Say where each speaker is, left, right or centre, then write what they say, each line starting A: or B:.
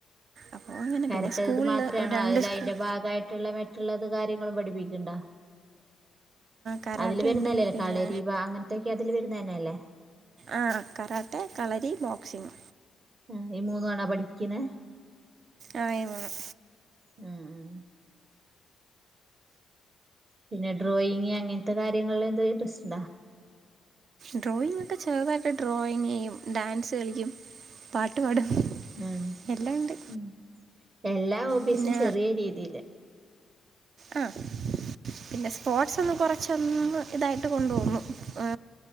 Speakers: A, on the right (about 60°); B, on the right (about 35°).
A: അപ്പോൾ അങ്ങനെ
B: കരട്ടെത്
A: പിന്നെ സ്കൂളിൽ
B: മാത്രാണോ
A: രണ്ട്
B: അതിൽ
A: സ്കൂൾ
B: അതിന്റെ ഭാഗായിട്ടുള്ള മറ്റുള്ളത് കാര്യങ്ങളും പഠിപ്പിക്ക്ണ്ടോ?
A: കരാട്ടെ
B: അതില് വരുന്നല്ലേ
A: ഉണ്ട്
B: അല്ലേ
A: പിന്നെ
B: കളരീപ അങ്ങനത്തൊക്കെ അതില് വരുന്ന തന്നെ അല്ലേ?
A: ആ കറാട്ടെ കളരി ബോക്സിങ്.
B: ആ ഈ മൂന്നുവാണോ പഠിപ്പിക്കുന്നെ?
A: ആ ഈ മൂന്നും.
B: മ്മ് മ്മ്. പിന്നെ ഡ്രോയിങ് അങ്ങനത്തെ കാര്യങ്ങളിലെന്തേലും ഇൻട്രസ്റ്റ് ഇണ്ടാ?
A: ഡ്രോയിങ് ഒക്കെ ചെറുതായിട്ടെ ഡ്രോയിങ്ങെയ്യും ഡാൻസ് കളിക്കും പാട്ട് പാടും.
B: ഉം
A: എല്ലാം ഉണ്ട്
B: ഉം എല്ലാ ഹോബീസും
A: പിന്നെ
B: ചെറിയ രീതിയില്.
A: ആ. പിന്നെ സ്പോർട്സ് ഒന്ന് കൊറച്ചൊന്ന് ഇതായിട്ട് കൊണ്ടോ വുന്നു ഏ.